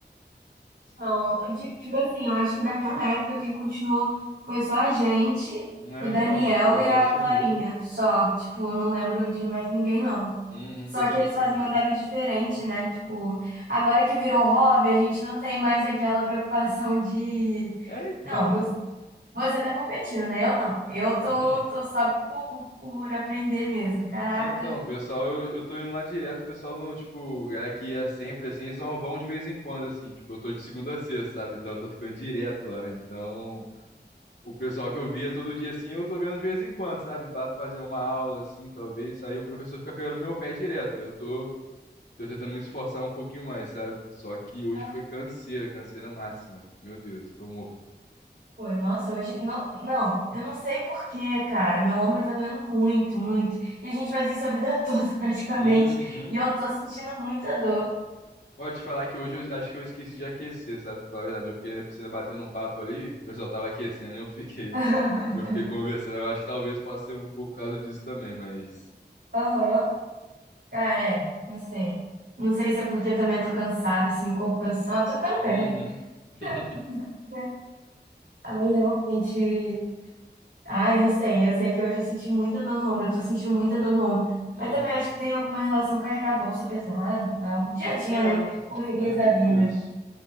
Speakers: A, on the right (about 75°); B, on the left (about 80°).
A: Não, ti- tipo assim, eu acho que daquela época quem continuou foi só a gente,
B: É,
A: o Daniel
B: então, o pessoal
A: e a
B: sumiu.
A: Clarinha, só. Tipo, eu não lembro de mais ninguém, não.
B: Uhum,
A: Só
B: o pessoal
A: que eles
B: sumiu.
A: fazem horário diferente, né? Tipo, agora que virou hobby, a gente não tem mais aquela preocupação de...
B: É, então.
A: Não, não Você tá competindo, né? Eu não. Eu tô,
B: <laughs>
A: tô só por, por aprender mesmo. Caraca.
B: É, então, pessoal, eu, eu tô indo lá direto, o pessoal no, tipo, galera que ia sempre, assim, eles só vão de vez em quando, assim, tipo, eu tô de segunda a sexta, sabe? Então eu tô ficando direto lá. Então, o pessoal que eu via todo dia, assim, eu tô vendo de vez em quando, sabe? Vai pra fazer uma aula, assim, talvez, aí o professor fica pegando meu pé direto. Eu tô, tô tentando me esforçar um pouquinho mais, sabe? Só que hoje
A: Ah,
B: foi canseira, canseira máxima. Meu Deus, tô morto.
A: Foi, nossa, hoje. Não, não, eu não sei por quê, cara. Meu ombro tá doendo muito, muito. E a gente faz isso a vida toda, <laughs> praticamente.
B: Uhum.
A: E eu tô sentindo muita dor.
B: Pode falar que hoje eu acho que eu esqueci de aquecer, sabe? Pra falar a verdade, eu fiquei na piscina batendo um papo ali, o pessoal tava aquecendo, eu fiquei,
A: <laughs>
B: eu fiquei conversando. Eu acho que talvez possa ser um pouco por causa disso também, mas.
A: Aham. Cara, é. Não sei. Não sei se é porque também eu tô cansada, assim, o corpo cansado. Tô ficando
B: Uhum.
A: velha, né?
B: <laughs>
A: <laughs> Aí, realmente, Ai, não sei. Eu sei que hoje eu senti muita dor no ombro. Eu tô sentindo muita dor no ombro.
B: Uhum.
A: Mas também acho que tem alguma relação com carregar bolsa pesada e tal. Dia a dia,
B: É,
A: né? Correrias
B: é
A: da
B: tipo
A: vida.
B: isso.